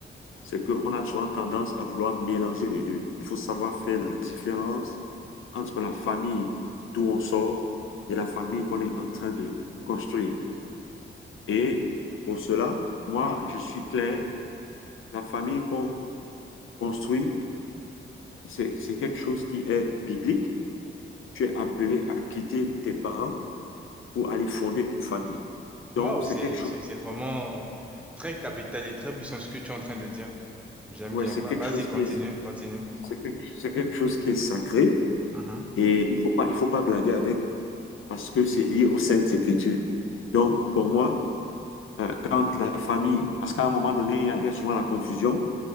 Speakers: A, on the left; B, in the centre.
A: c'est qu'on a souvent tendance à vouloir mélanger les deux. Il faut savoir faire la différence entre la famille d'où on sort et la famille qu'on est en train de construire. Et pour cela, moi, je suis clair, la famille qu'on construit c'est, c'est quelque chose qui est biblique. Tu es appelé à quitter tes parents pour aller fonder une famille. Donc,
B: Waouh,
A: c'est
B: c'est,
A: quelque chose,
B: c'est, c'est vraiment très capital et très puissant ce que tu es en train de dire. J'aime
A: ouais,
B: bien.
A: c'est
B: Va-
A: quelque
B: Vas-y,
A: chose
B: continue,
A: qui est,
B: continue.
A: c'est quelque, c'est quelque chose qui est sacré
B: Mhm.
A: et il faut pas, il faut pas blaguer avec parce que c'est lié aux Saintes Écritures. Donc, pour moi, euh, quand la famille, parce qu'à un moment donné, il y a, il y a souvent la confusion,